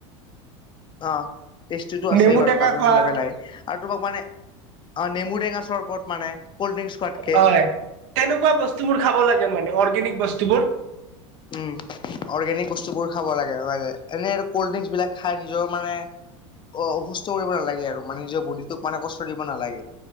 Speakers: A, on the left (about 30°); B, on the right (about 65°).
A: অ টেষ্টিটো আছেই
B: নেমু
A: বাৰু
B: টেঙা
A: গাটো
B: খোৱা
A: ঠাণ্ডা পেলাই আৰু তোমাক মানে অ নেমু টেঙা চৰ্বত মানে কল্ড ড্ৰিংকচ খোৱাতকে
B: হয় কেনেকুৱা বস্তুবোৰ খাব লাগে মানে অৰ্গেনিক বস্তুবোৰ
A: উম অৰ্গেনিক বস্তু বোৰ খাব লাগে হয় নে এনে আৰু কল্ড ড্ৰিংকচ বিলাক খাই নিজৰ মানে অ অসুস্থ কৰিব নালাগে আৰু মানে নিজৰ বডিটোক মানে কষ্ট দিব নালাগে